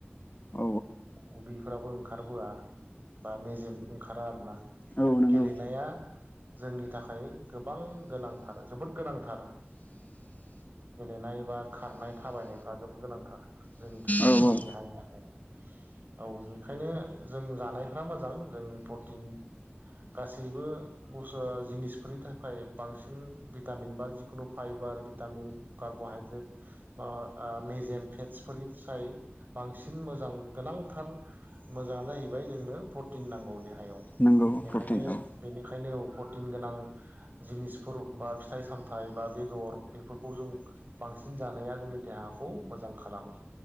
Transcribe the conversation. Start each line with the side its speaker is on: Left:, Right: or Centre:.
Left: औ
Right: उदै फोराबो ओंखारबोआ बा मेजेम ओंखारा आर ना। खालि
Left: औ नंगौ
Right: गेलेनाया जोंनि थाखाय गोबां गोनांथार जोबोद गोनांथार गेलेनाय बा खारनाय थाबायनायफ्रा जोबोद गोनांथार जोंनि थाखाय
Left: औ
Right: जों
Left: औ
Right: देहानि थाखाय औ। खायनो जों जानायफ्रा मोजां जों प्रटिन गासैबो गस जिनिसफोरनि थाखाय बांसिन भिटामिन बा जिखुनु फाइबार भिटामिन कार्बहाइद्रेट अ आ मेजेम फेटसफोरनि साय बांसिन मोजां गोनांथार मोजाङानो जाहैबाय जोंनो प्रटिन नांगौ। देहायाव
Left: नंगौ
Right: बेखायनो
Left: प्रटिन औ
Right: बेनिखायनो उफद प्रटिन गोनां जिनिसफोर बा फिथाइ सामथाइ बा बेदर बेफोरखौ जों बांसिन जानाया जोंनि देहाखौ मोजां खालामो।